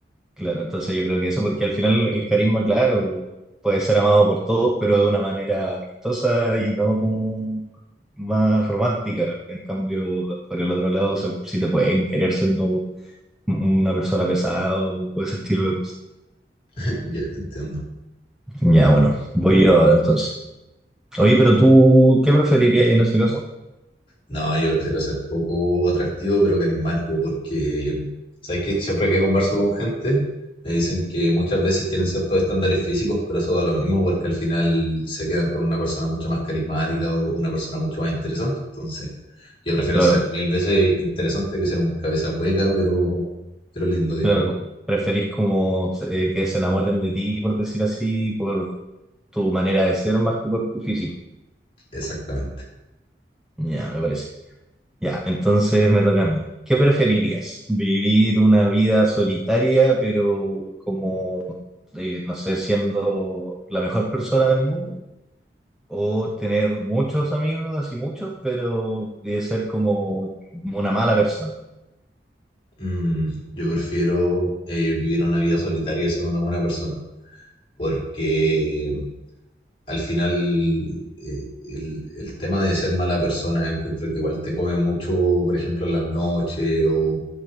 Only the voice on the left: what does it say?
<laughs> Ya entiendo.
No, yo prefiero ser poco atractivo, pero carismático, porque, ¿sabes qué? Siempre que converso con gente, me dicen que muchas veces tienen ciertos estándares físicos, pero eso da lo mismo, porque al final se quedan con una persona mucho más carismática o una persona mucho más interesante. Entonces, yo prefiero
ser mil veces interesante que ser un cabeza hueca, pero, pero lindo, digamos.
Exactamente.
Mm, yo prefiero eh, vivir una vida solitaria y ser una buena persona, porque al final eh, el, el tema de ser mala persona, encuentro que igual te come mucho, por ejemplo, en las noches o,